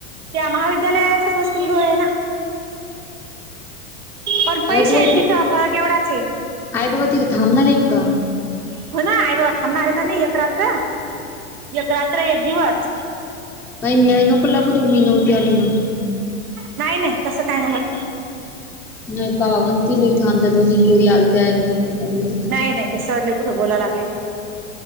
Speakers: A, on the right (about 80°); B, in the centre.
A: त्या महाविद्यालयातच वसतिगृह आहे ना. पण पैसे
B: आई बाबा
A: आहेत तिथं
B: ति
A: फरक एवढाच आहे.
B: आई बाबा तिथे थांबणार आहेत का?
A: हो ना आई बाबा थांबणार आहेत ना एक रात्र एक रात्र एक दिवस.
B: काही मेळ नको लागू देऊ मी नव्हती आली म्हणून,
A: नाही नाही तसं काय नाही होत.
B: नाही बाबा म्हणतील इथं आमच्या दोन्ही पोरी आलत्या एकदा भेटाय म्हणून,
A: नाही नाही ते सर लयी <unintelligible> लागले